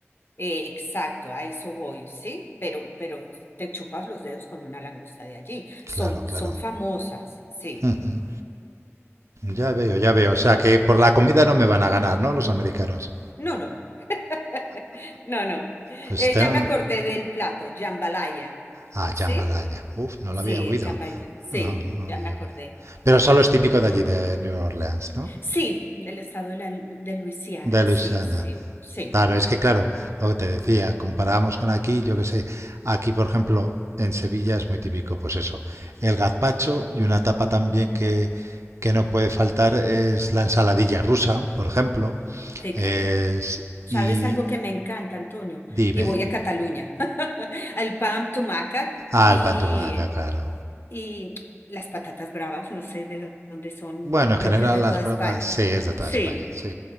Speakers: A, on the left (about 55°); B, on the right (about 75°).
A: eh, exacto, a eso voy, ¿sí? Pero, pero te chupas los dedos con una langosta de allí.
B: Claro,
A: Son,
B: claro.
A: son famosas, sí.
B: <laughs> Ujú. Ya veo, ya veo. O sea que por la comida no me van a ganar, ¿no? Los americanos.
A: No, no, no, <laughs> no, no. Eh,
B: Pues tengo...
A: ya me acordé del plato, jambalaya,
B: Ah,
A: ¿sí?
B: jambalaya. Uf, no
A: Sí,
B: lo había oído.
A: el jambalaya, sí,
B: No, no lo
A: ya
B: había
A: me acordé.
B: oído. Pero solo es típico de allí, de New Orleans, ¿no?
A: Sí, del estado de, la- de Luisiana,
B: De Luisiana.
A: sí, sí, sí,
B: Claro, es que claro, lo que te decía, comparábamos con aquí, yo que sé, aquí por ejemplo en Sevilla es muy típico, pues eso, el gazpacho y una tapa también que, que no puede faltar es la ensaladilla rusa, por ejemplo,
A: sí,
B: es,
A: qué rico. ¿Sabes
B: y
A: algo que me encanta, Antonio?
B: dime,
A: Y voy a Cataluña, <laughs> al Pam Tumacat
B: ah,
A: y,
B: el pan tumaca, claro.
A: y las patatas bravas, no sé de dónde son,
B: Bueno, en
A: creo
B: general
A: que es de toda
B: las bravas
A: España.
B: sí es de toda
A: Sí,
B: España, sí,